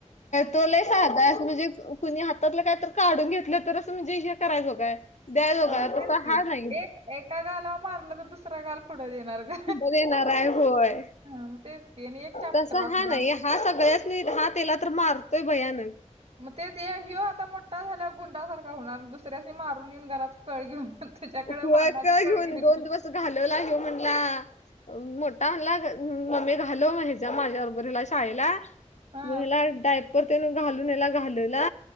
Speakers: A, on the left; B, on the right.
A: तो लय साधा आहे असं म्हणजे कुणी हातातला काय तर काढून घेतलं तरच म्हणजे हे करायचो काय. द्यायजोगा
B: हा तेच
A: तस
B: की
A: हा नाही.
B: एक एका गालावर मारलं तर दुसरा गाल पुढ देणार. ग
A: बर येणारय होय
B: हा मग तेच की आणि एक चॅप्टर
A: तस
B: असणार.
A: हा नाही. हा सगळ्याच नाही हा तेला तर मारतोय भयानक.
B: मग ते घेऊ आता मोठा झाल्या गुंडासारखा होणार दुसऱ्याशी मारून येऊन घरात कळ घेऊन तुझ्याकडे
A: होय
B: भांनाची
A: का घेऊन
B: कळ घेली.
A: दोन दिवस घालवला आहे म्हणला. मोठा म्हला मम्मी घालो माज माझ्या अरोबरीला शाळेला
B: हा
A: मग हला डायपर घालूनला घालला